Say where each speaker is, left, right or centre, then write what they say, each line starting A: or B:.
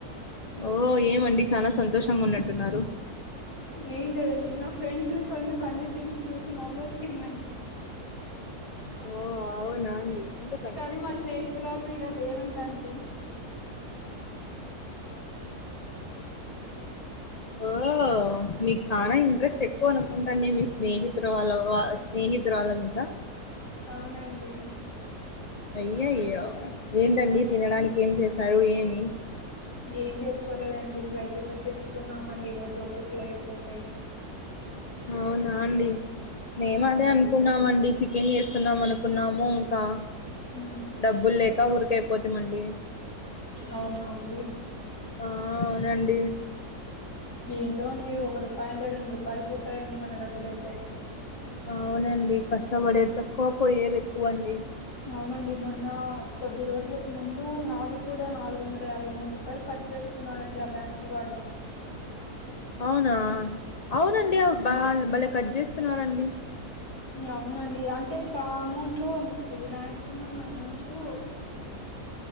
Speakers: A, on the left; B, on the left.
A: ఓ ఏమండి చాలా సంతోషంగా ఉన్నట్టున్నారు
B: ఏం లేదండి నా ఫ్రెండ్స్ వి కొన్ని ఫన్నీ థింగ్స్ చూసి నవ్వోచిందండి
A: ఓ అవునా అండి ఎందుకు
B: కానీ మా స్నేహితురాలు ఇడ లేవంటాండి
A: ఓ మీకు చాలా ఇంట్రెస్ట్ ఎక్కువ అనుకుంటాండి మీ స్నేహితు వాళ్ళ వా స్నేహితురాలు వాళ్ళ మీద
B: అవునండి
A: అయ్యాయో ఏంటండి తినడానికి ఏం చేసారు ఏమి
B: ఏం చేసుకోలేదండి బయటకి పోయి తెచ్చుకున్నామండి ఈ రోజు ఓపిక లేకుంటే
A: అవునా అండి మేము
B: అవునండి
A: అదే అనుకున్నామండి చికెన్ చేసుకున్నాం అనుకున్నాము ఇంకా
B: ఉమ్,
A: డబ్బులు లేక ఊరికైపోతిమండి
B: అవునా అండి
A: ఆ అవునండి
B: ఏంటో అండి ఒక రూపాయి ఉంటే రెండు రూపాయలు పోతాయండి మన డబ్బులు అయితే
A: అవునండి కష్టపడేది తక్కువ పోయేది ఎక్కువ అండి
B: అవునండి మొన్న కొద్ది రోజులకు ముందు నాది కూడా నాలుగు వందల యాబై మూడు రూపాయలు కట్ చేసుకున్నాడండి ఆ బ్యాంక్ వాడు
A: అవునా అవునండి బ బలే కట్ చేస్తునరండి
B: అవునండి అంటే దా అమౌంట్లో ఇది మ్యాక్సిమం అమౌంటు